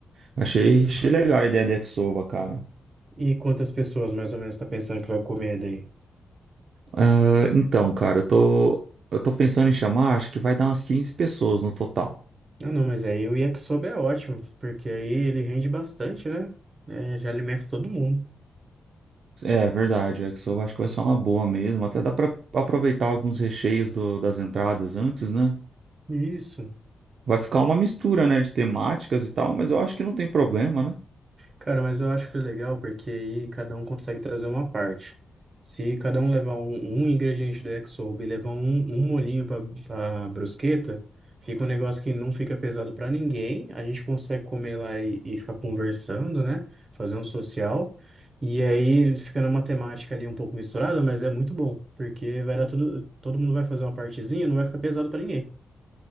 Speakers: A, on the right; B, on the right.
A: achei, achei legal a ideia de Yakisoba, cara.
B: E quantas pessoas mais ou menos tá pensando que vai comer daí?
A: Ah, então, cara, eu tô, eu tô pensando em chamar, acho que vai dar umas 15 pessoas no total.
B: ah não, mas aí o yakisoba é ótimo, porque aí ele rende bastante, né? É, já alimenta todo mundo.
A: É, verdade, o Yakisoba acho que vai ser uma boa mesmo. Até dá pra aproveitar alguns recheios do- das entradas antes, né?
B: Isso.
A: Vai ficar uma mistura, né, de temáticas e tal, mas eu acho que não tem problema, né?
B: Cara, mas eu acho que é legal porque aí cada um consegue trazer uma parte. Se cada um levar um, um ingrediente do Exob e levar um, um molhinho para brusqueta, fica um negócio que não fica pesado para ninguém. A gente consegue comer lá e, e ficar conversando, né? Fazer um social. E aí fica na matemática ali um pouco misturada, mas é muito bom, porque vai dar tudo, todo mundo vai fazer uma partezinha, não vai ficar pesado para ninguém.